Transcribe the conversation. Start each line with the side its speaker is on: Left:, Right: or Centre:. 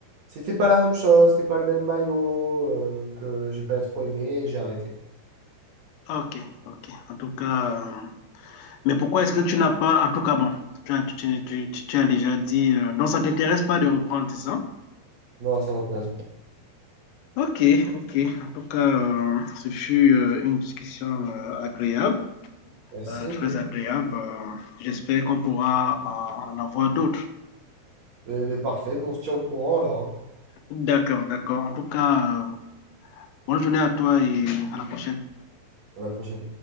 Right: c'était pas la même chose, c'était pas le même maillot, euh, donc euh, j'ai pas trop aimé et j'ai arrêté.
Left: Ok, ok. En tout cas, euh, mais pourquoi est-ce que tu n'as pas, en tout cas, bon, tu as, tu, tu- tu- tu- tu as déjà dit, euh, non, ça t'intéresse pas de reprendre, c'est ça?
Right: Non, ça m'intéresse pas.
Left: Ok, ok. En tout cas, euh, ce fut euh, une discussion euh, agréable.
Right: Merci.
Left: Euh, très
Right: toi.
Left: agréable. Euh, J'espère qu'on pourra euh, en avoir d'autres.
Right: Mais, mais parfait, mais on se tient au courant alors, hein.
Left: D'accord, d'accord. En tout cas, euh, bonne journée à toi et à la prochaine.
Right: À la prochaine.